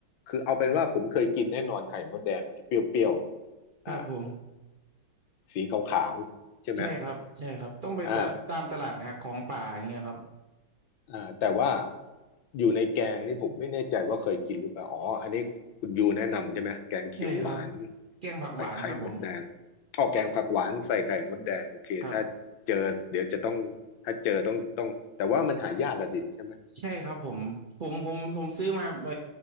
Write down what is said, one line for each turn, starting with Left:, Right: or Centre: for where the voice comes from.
Left: คือเอาเป็นว่าผมเคยกินแน่นอนไข่มดแดงมันจะเปรี้ยวๆอ่า
Right: ครับผม
Left: สีขาวๆใช่ไหม
Right: ใช่ครับใช่ครับต้องไปแบบตามตลาดหาของป่าอย่างเงี้ยครับ
Left: อ่า อ่าแต่ว่าอยู่ในแกงนี่ผมไม่แน่ใจว่าเคยกินหรือเปล่าอ๋ออันนี้คุณยูแนะนำใช่ไหมแกงเขียวหวาน
Right: ใช่ครับแกงผักหวานครับผม
Left: ใส่ไข่มดแดงอ๋อแกงผักหวานใส่ไข่มดแดงโอเคถ้าเจอเดี๋ยวจะต้องถ้าเจอต้องต้องแต่ว่ามันหายากอะสิใช่ไหม
Right: ครับใช่ครับผมผมผมผมซื้อมาไป